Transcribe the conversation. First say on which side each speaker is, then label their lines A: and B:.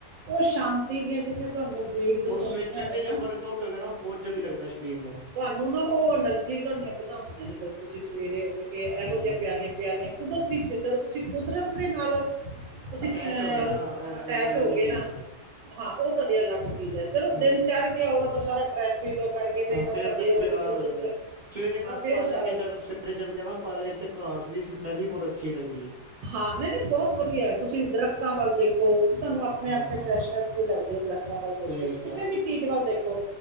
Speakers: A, on the right; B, on the right.
A: ਉਹ ਸ਼ਾਂਤੀ ਦੀਆਂ ਜਿਹੜੀਆਂ ਤੁਹਾਨੂੰ ਬੀਡਸ
B: ਔਰ
A: ਸੁਣਦੀਆਂ
B: ਸਵੇਰ
A: ਨੇ
B: ਦੇ ਜੋ
A: ਨਾ
B: ਵਰਕਆਊਟ ਹੈਗਾ ਨਾ, ਉਹ ਬੋਤ ਜਲਦੀ ਲੱਗਦਾ ਸਰੀਰ ਨੂੰ।
A: ਤੁਹਾਨੂੰ ਨਾ ਉਹ, ਐਨਰਜੀ ਤੁਹਾਡੀਆਂ ਵਧਾਉਂਦੀਆਂ ਨੇ, ਜਦੋਂ ਤੁਸੀਂ ਸਵੇਰੇ ਉੱਠ ਕੇ ਇਹੋ,
B: ਹੂੰ
A: ਜਿਹੀਆਂ ਪਿਆਰੀਆਂ ਪਿਆਰੀਆਂ ਕੁਦਰਤੀ ਜਿਦਾ ਤੁਸੀਂ, ਕੁਦਰਤ ਦੇ ਨਾਲੋ ਤੁਸੀਂ
B: ਅਟੈਚ
A: ਅਹ,
B: ਹੋ ਗਏ ਨਾ ਉਹ
A: ਅਟੈਚ
B: ਫਿਰ ਅਲੱਗ
A: ਹੋ
B: ਹੀ
A: ਗਏ
B: ਚੀਜ਼
A: ਨਾ ਹਾਂ ਓ ਤੁਆਡੀ ਅਲੱਗ ਚੀਜ਼ ਐ ਚਲੋ
B: ਹਾਂਜੀ
A: ਦਿਨ ਚੜ ਗੇਆ ਔਰ ਓਦਾ ਸਾਰਾ ਟ੍ਰੈਫਿਕ ਕਰਕੇ
B: ਹਾਂ
A: ਤੇ ਤੁਹਾਡੀ
B: ਫਿਰ ਤੇ
A: ਉਹ
B: ਬੇਕਾਰ
A: ਸੁਸੁੱਤਰ
B: ਹੋ ਜਾਂਦਾ, ਸਵੇਰੇ ਨਾ
A: ਹਾਂ ਫਿਰ
B: ਪਾਰਕ
A: ਉਹ ਸਾਰਾ
B: ਚ ਅਗਰ ਸ ਕੇ ਜਦੋ ਜਾਨਾ ਪਾਰਕ ਤੇ ਏਥੇ ਘਾਸ ਦੀ ਸਮੈਲ ਵੀ ਬੋਤ ਅੱਛੀ ਲੱਗਦੀ ਏ।
A: ਹਾਂ, ਨਹੀਂ-ਨਹੀਂ ਬਹੁਤ ਵਧੀਆ ਤੁਸੀਂ ਦਰਖਤਾਂ ਵੱਲ,, ਦੇਖੋ ਹੂ ਤੁਹਾਨੂੰ ਆਪਣੇ
B: ਹਾਂ
A: -ਆਪਣੇ ਫਰੈਸ਼ਸ਼ਨੈਸ ਦੀ ਲੱਗਦੀ ਹੈ, ਦਰੱਖਤਾਂ ਵੱਲ ਦੇਖੋ
B: ਸਹੀ ਕਿਹਾ
A: ਕਿਸੇ ਵੀ ਚੀਜ਼ ਵੱਲ ਦੇਖੋ,